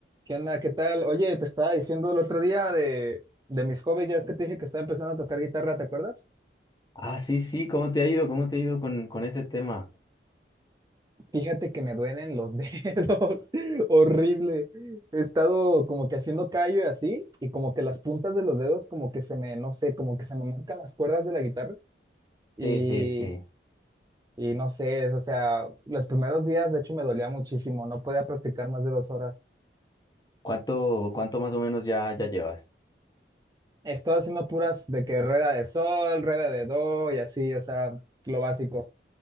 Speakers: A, on the right; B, on the left.
A: ¿Qué onda? ¿Qué tal? Oye, te estaba diciendo el otro día de, de mis hobbies, ya es que te dije que estaba empezando a tocar guitarra, ¿te acuerdas?
B: Ah, sí, sí, ¿cómo te ha ido? ¿Cómo te ha ido con, con ese tema?
A: Fíjate que me duelen los <laughs> dedos, horrible. He estado como que haciendo callo y así, y como que las puntas de los dedos como que se me, no sé, como que se me marcan las cuerdas de la guitarra y,
B: Sí, sí, sí.
A: y no sé, o sea, los primeros días de hecho me dolía muchísimo, no podía practicar más de dos horas.
B: ¿Cuánto, cuánto más o menos ya, ya llevas?
A: He estado haciendo puras de que rueda de sol, rueda de do y así, o sea, lo básico.